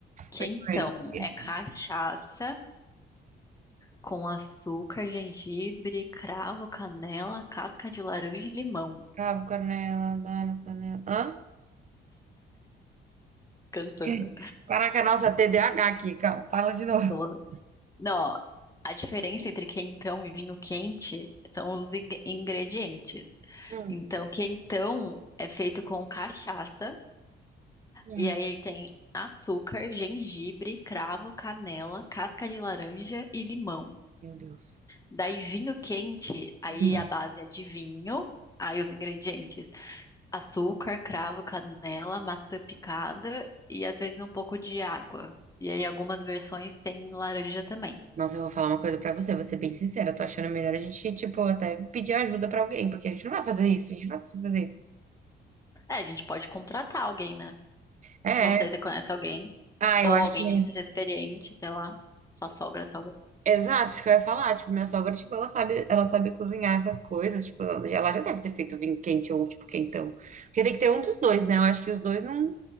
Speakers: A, on the left (about 15°); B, on the right (about 40°).
A: Quentão
B: Perfeito. Esse.
A: é cachaça com açúcar, gengibre, cravo, canela, casca de laranja e limão.
B: Cravo, canela, dá na panela. Hã?
A: Cantando.
B: O quê? Caraca, nossa, TDAH aqui, calma. Fala de novo.
A: <laughs>
B: <laughs>
A: Não, a diferença entre quentão e vinho quente são os ing- ingredientes.
B: Hum,
A: Então, quentão é feito com cachaça,
B: hum.
A: e aí tem açúcar, gengibre, cravo, canela, casca de laranja e limão.
B: Meu Deus.
A: Daí, vinho quente, aí
B: Não.
A: a base é de vinho, aí os ingredientes: açúcar, cravo, canela, maçã picada e às vezes um pouco de água. E aí, algumas versões têm laranja também.
B: Nossa, eu vou falar uma coisa pra você, vou ser bem sincera. Eu tô achando melhor a gente, tipo, até pedir ajuda pra alguém, porque a gente não vai fazer isso, a gente não vai conseguir fazer isso.
A: É, a gente pode contratar alguém, né?
B: É,
A: Não sei
B: é.
A: se você conhece alguém,
B: ah,
A: que- ou
B: eu acho
A: alguém
B: que.
A: que seja experiente, sei lá. Sua sogra, talvez.
B: Exato, isso que eu ia falar. Tipo, minha sogra, tipo, ela sabe, ela sabe cozinhar essas coisas. Tipo, ela já ela já deve ter feito vinho quente ou, tipo, quentão. Porque tem que ter um dos dois, né? Eu acho que os dois não.